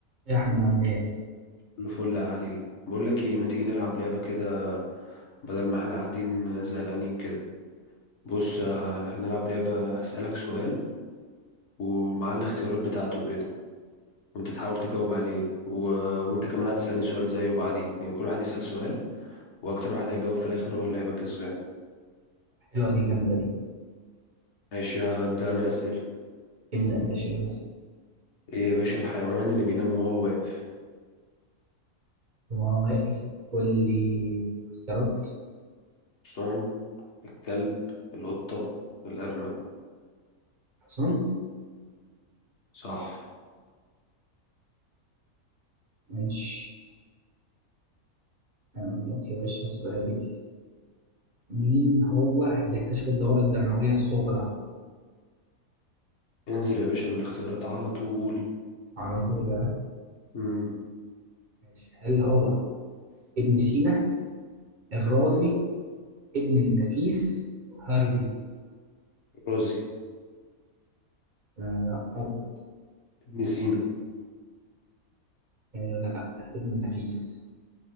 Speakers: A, on the right (about 40°); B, on the left (about 50°).
A: يا احمد عامل ايه
B: كله فل عليه بقول لك ايه ما تيجي نلعب لعبه كده بدل ما احنا قاعدين زهقانين كده بص
A: فكرة
B: آه، هنلعب لعبه هسألك سؤال ومع الاختيارات بتاعته كده وانت تحاول تجاوب عليه و... وانت كمان هتسألني سؤال زيه بعديه يعني كل واحد يسأل سؤال واكتر واحد هيجاوب في الاخر هو اللي هيبقى كسبان
A: حلوه دي جامده دي
B: ماشي هبدأ انا أسئلة
A: ابدا يا باشا يلا
B: ايه يا باشا الحيوان اللي بينام وهو واقف
A: وانا واقف قول لي اختيارات
B: الحصان الكلب القطه الارنب
A: حسام
B: صح
A: ماشي اقول لك يا باشا سؤال مين هو اللي اكتشف الدوره الدمويه الصغرى
B: انزل يا باشا بالاختيارات على طول
A: على طول ها؟
B: امم
A: ماشي هل هو ابن سينا الرازي ابن النفيس هارفي
B: رازي
A: آه لا غلط
B: ابن سينا
A: آه لا ابن النفيس